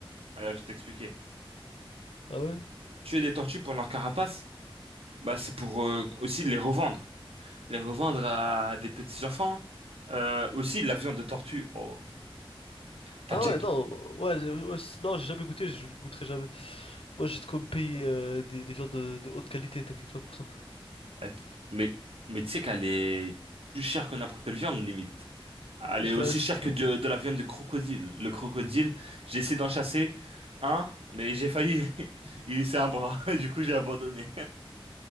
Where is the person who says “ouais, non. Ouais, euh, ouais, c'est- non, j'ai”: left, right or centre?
Left